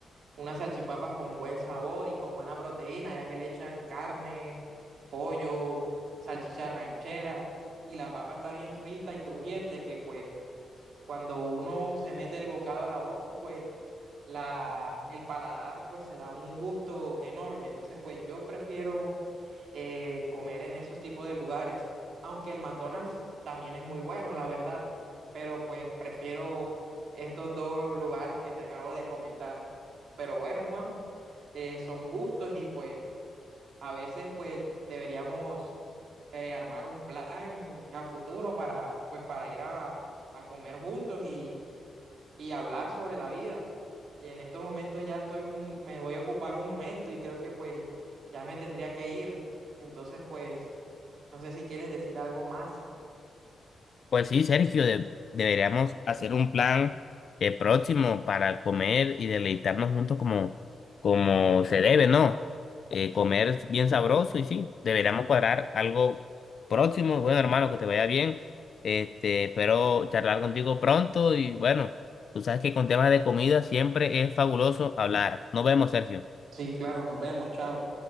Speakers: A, on the right (about 70°); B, on the left (about 65°).
A: unas salchipapas con buen sabor y con buena proteína, ya que le echan carne, pollo, salchicha ranchera y la papa está bien frita y crujiente que pues cuando uno se mete el bocado a la boca, pues la, el paladar pues se da un gusto enorme. Entonces, pues yo prefiero eh, comer en esos tipos de lugares, aunque el McDonald's también es muy bueno, la verdad, pero pues prefiero estos dos lugares que te acabo de comentar. Pero bueno, Juan, eh, son gustos y pues a veces pues deberíamos eh, armar un plan a futuro para, pues, para ir a, a comer juntos y, y hablar sobre la vida. Y en estos momentos ya estoy un, me voy a ocupar un momento y creo que pues ya me tendría que ir. Entonces pues no sé si quieres decir algo más.
B: Pues sí, Sergio, de- deberíamos hacer un plan eh, próximo para comer y deleitarnos juntos como, como se debe, ¿no? Eh, comer es bien sabroso y sí, deberíamos cuadrar algo próximo. Bueno, hermano, que te vaya bien. Este, espero charlar contigo pronto y bueno, tú sabes que con temas de comida siempre es fabuloso hablar. Nos vemos, Sergio.
A: Sí, claro, nos vemos, chao.